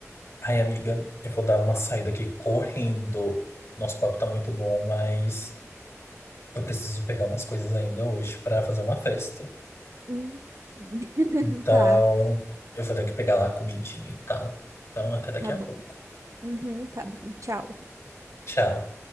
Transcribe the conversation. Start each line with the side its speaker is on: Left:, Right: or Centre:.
Left: Ai, amiga, eu vou dar uma saída aqui correndo. Nosso papo tá muito bom, mas eu preciso pegar umas coisas ainda hoje pra fazer uma festa.
Right: Hum. <laughs>
Left: Então,
Right: Tá,
Left: eu vou ter que pegar lá a comidinha e tal. Então, até daqui
Right: tá
Left: a
Right: bom.
Left: pouco.
Right: Uhum, tá bom. Tchau.
Left: Tchau.